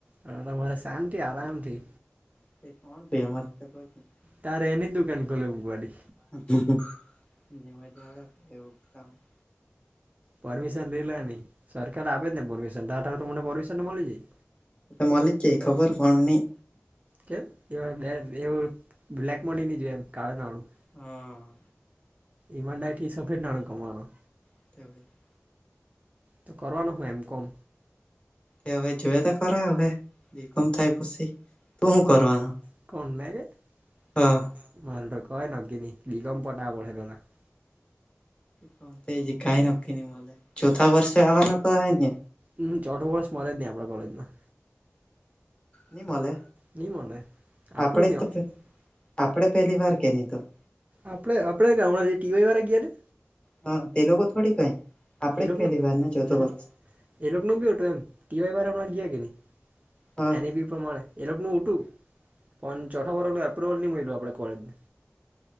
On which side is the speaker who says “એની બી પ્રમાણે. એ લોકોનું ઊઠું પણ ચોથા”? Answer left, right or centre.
Right